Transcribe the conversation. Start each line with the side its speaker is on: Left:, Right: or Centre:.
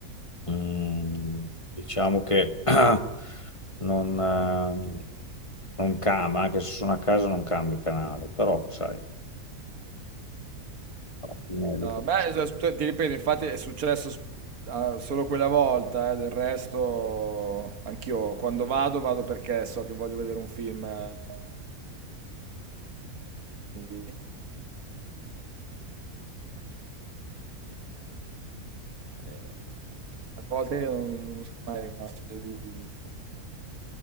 Left: Mm, diciamo che <clears throat> non, eh, non cambia, anche se sono a casa non cambio canale, però sai, alla fine dico,
Right: No, a me,
Left: sì.
Right: s- s- ti ripeto, infatti è successo s- ah, solo quella volta, eh, del resto anch'io quando vado vado perché so che voglio vedere un film, eh, quindi, eh, a volte non sono mai rimasto deluso